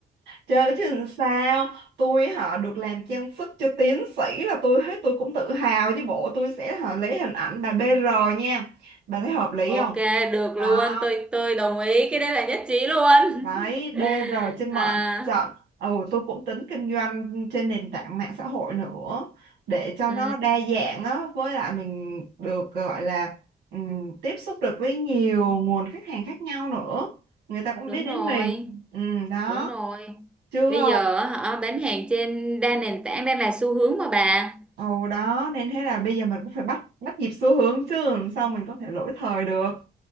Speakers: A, on the right; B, in the centre.
A: Trời ơi, chứ làm sao Tôi họ được làm trang sức cho tiến sĩ là tôi hết tôi cũng tự hào chứ bộ tôi sẽ họ lấy hình ảnh bà BR nha Bà thấy hợp lý
B: Ok,
A: không?
B: được
A: Đó
B: luôn, tôi tôi đồng ý, cái đấy là nhất trí luôn.
A: Đấy,
B: <laughs>
A: BR trên mọi
B: À,
A: mặt trận. Ừ, tôi cũng tính kinh doanh trên nền tảng mạng xã hội nữa để cho
B: ừ,
A: nó đa dạng á, với lại mình được gọi là ừm, tiếp xúc được với nhiều nguồn khách hàng khác nhau nữa. Người ta cũng
B: đúng
A: biết đến
B: rồi,
A: mình. Ừm, đó.
B: đúng rồi.
A: Chứ
B: Bây
A: ờ,
B: giờ hả, bán hàng trên đa nền tảng đang là xu hướng mà bà.
A: ừ đó nên thế là bây giờ mình cũng phải bắt bắt nhịp xu hướng chứ làm sao mình có thể lỗi thời được.